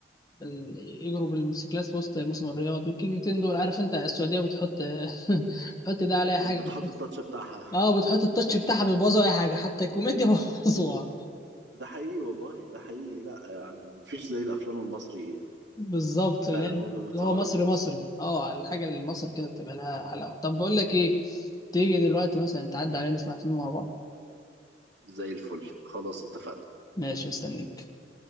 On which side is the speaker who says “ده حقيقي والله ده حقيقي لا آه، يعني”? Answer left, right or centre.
Right